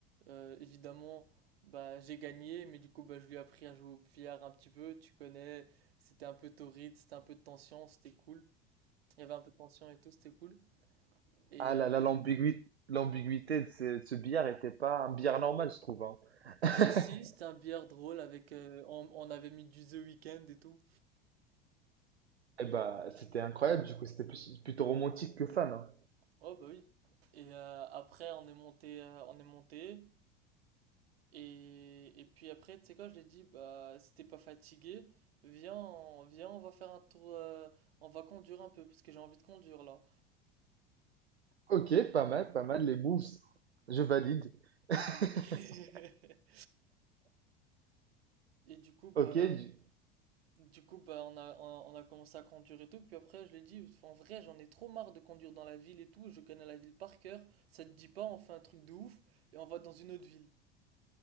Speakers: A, on the right; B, on the right.
A: Euh, évidemment, bah, j'ai gagné, mais du coup, bah, je lui ai appris à jouer au billard un petit peu. Tu connais, c'était un peu torride, c'était un peu de tension, c'était cool. Il y avait un peu de tension et tout, c'était cool. Et
B: Ah
A: euh,
B: là là, l'ambiguïté, l'ambiguïté de ce, de ce billard était pas un billard normal, je trouve, hein. <laughs>
A: si, si, c'était un billard drôle avec. euh, on, on avait mis du The Weeknd et tout.
B: Eh bah, c'était incroyable, du coup, c'était plus- plutôt romantique que fan, hein.
A: Oh, bah oui. Et euh, après, on est monté, euh, on est monté. Et, et puis après, tu sais quoi, je lui ai dit, bah, si t'es pas fatigué, viens, on, viens, on va faire un tour, euh, on va conduire un peu, parce que j'ai envie de conduire là.
B: Ok, pas mal, pas mal, les moves. Je valide. <laughs>
A: Et, <laughs> et du coup, bah,
B: Ok, du-
A: du coup, bah, on a, on, on a commencé à conduire et tout. Puis après, je lui ai dit, en vrai, j'en ai trop marre de conduire dans la ville et tout, je connais la ville par cœur, ça te dit pas, on fait un truc de ouf, et on va dans une autre ville.